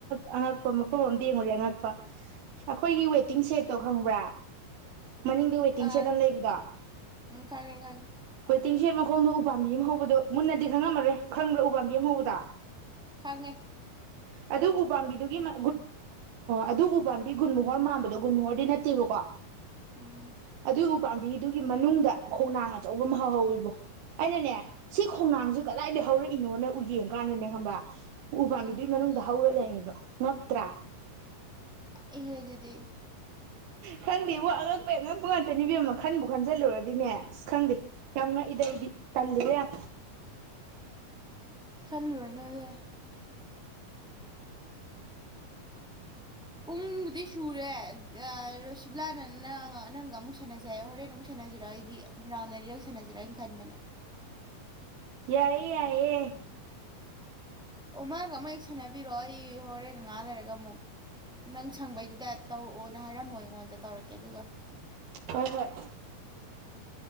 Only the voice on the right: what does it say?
ꯑꯉꯛꯄ ꯃꯐꯝ ꯑꯗ ꯌꯦꯡꯉꯨꯔꯦ ꯑꯉꯛꯄ ꯑꯩꯈꯣꯏꯒꯤ ꯋꯦꯇꯤꯡ ꯁꯦꯠꯇꯣ ꯈꯪꯕ꯭ꯔꯥ ꯃꯅꯤꯡꯗ ꯋꯦꯇꯤꯡ
ꯁꯦꯠ
ꯑꯃ ꯂꯩꯕꯗꯣ
ꯇꯤꯡ ꯁꯔ ꯃꯈꯣꯡ ꯎ ꯎꯄꯥꯝꯕꯤ ꯑꯃ ꯍꯧꯕꯗꯣ ꯃꯨꯟꯅꯗꯤ ꯈꯪꯉꯝꯃꯔꯣꯏ ꯈꯪꯕ꯭ꯔꯥ ꯎ ꯄꯝꯕꯤ ꯑꯃ ꯍꯧꯕꯗ
ꯑꯗꯨ ꯎꯄꯥꯝꯕꯤꯗꯨꯒꯤꯒꯨ ꯑꯗꯨ ꯎꯄꯥꯝꯕꯤ ꯒꯨꯟ ꯃꯣꯍꯣꯔ ꯃꯥꯟꯕꯗꯣ ꯒꯨ ꯃꯨꯍꯣꯔꯗꯤ ꯅꯠꯇꯦꯕꯀꯣ
ꯑꯗ ꯄꯥꯝꯕꯤꯗꯨꯒꯤ ꯃꯅꯨꯡꯗ ꯈꯣꯡꯅꯥꯡ ꯑꯆꯧꯕ ꯑꯃ ꯍꯧꯍꯧꯋꯕ ꯑꯩꯅꯅꯦ ꯁꯤ ꯈꯣꯡꯅꯥꯡꯁꯦ ꯀꯗꯥꯏꯗꯒꯤ ꯍꯧꯔꯛꯏꯅꯣꯅ ꯎ ꯌꯦꯡ ꯀꯥꯟꯗꯅꯦ ꯈꯪꯕ꯭ꯔꯥ ꯎ ꯐꯥꯡꯕꯤꯗ
ꯃꯅꯪꯝꯍꯥ ꯑꯣꯏꯕ ꯂ ꯂꯩ ꯃ꯭ꯔ
ꯈꯪꯗꯦꯕ ꯑꯉꯛꯄꯩ ꯑꯉꯛꯄ ꯉꯇꯅꯤꯕ ꯑꯃꯃ ꯈꯟꯕꯨ ꯈꯟꯖꯤꯜꯂꯨꯔꯗꯤꯅꯦ ꯑꯁ ꯈꯪꯗꯦ ꯌꯥꯝ ꯉꯛꯏꯗꯩꯗꯤ ꯇꯜꯂꯤꯔ ꯌꯥꯝ
ꯌꯥꯏ ꯌꯥꯌꯦ
ꯍꯣꯏ ꯍꯣꯏ